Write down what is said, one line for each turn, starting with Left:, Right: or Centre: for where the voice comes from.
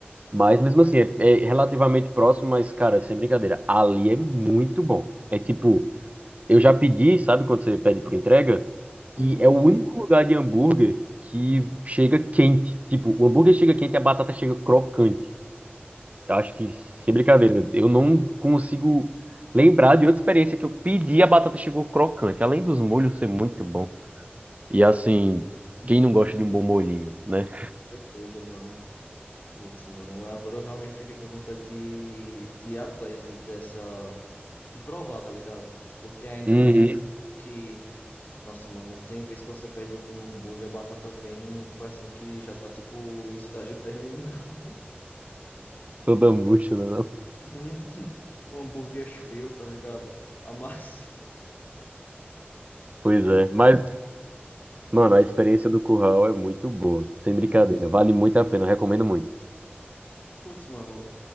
Right: Mas, mesmo assim, é, é relativamente próximo, mas, cara, sem brincadeira, ali é muito bom. É tipo, eu já pedi, sabe, quando você pede por entrega?
Left: hum,
Right: E é o único lugar de hambúrguer que chega quente. Tipo, o hambúrguer chega quente e a batata chega crocante. Eu acho que, sem brincadeira, eu não consigo lembrar de outra experiência que eu pedi e a batata chegou crocante, além dos molhos ser muito bom. E assim, quem não gosta de um bom molhinho, né?
Left: com certeza, mano. Putz, mano, agora eu realmente fiquei com vontade de, de ir atrás dessa. De provar, tá ligado? Porque ainda
Right: Uhum.
Left: mais que. Nossa, mano, tem vez que você pede um hambúrguer, a batata vem parecendo que já tá, tipo, em estágio terminal.
Right: Toda murcha, né? não?
Left: <laughs> Um hambúrguer frio, tá ligado? A massa.
Right: Pois
Left: Mas,
Right: é. Mas, mano,
Left: não
Right: a
Left: sei.
Right: experiência do curral é muito boa, sem brincadeira. Vale muito a pena, eu recomendo muito.
Left: putz, mano.